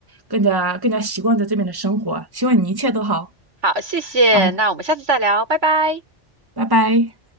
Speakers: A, on the right; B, on the right.
A: 更加更加习惯在这边的生活啊希望你一切都好
B: 好，谢谢，
A: 啊，
B: 那我们下次再聊，拜拜。
A: 拜拜。